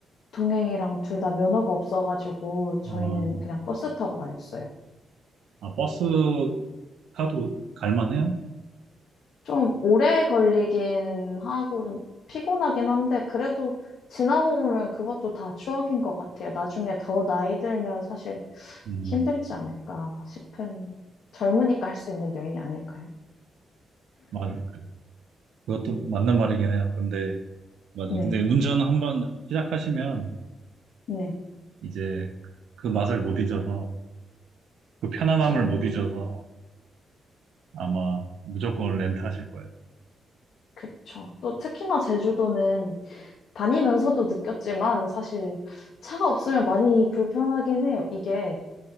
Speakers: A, on the left; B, on the right.
A: 동행이랑 둘 다 면허가 없어가지고 저희는
B: 아,
A: 그냥 버스 타고 다녔어요.
B: 아, 버스 타도 갈만해요?
A: 좀 오래 걸리긴 하고 좀 피곤하긴 한데 그래도 지나고 보면 그것도 다 추억인 것 같아요. 나중에 더 나이 들면 사실
B: 음,
A: 힘들지 않을까 싶은 젊으니까 할 수 있는 여행이 아닐까요?
B: 맞아요. 그것도 맞는 말이긴 해요. 근데, 맞아요.
A: 네,
B: 근데 운전 한 번 시작하시면
A: 네,
B: 이제 그 맛을 못 잊어서, 그 편안함을
A: 그쵸,
B: 못 잊어서 아마 무조건 렌트하실 거예요.
A: 그쵸. 또 특히나 제주도는 다니면서도 느꼈지만 사실 차가 없으면 많이 불편하긴 해요. 이게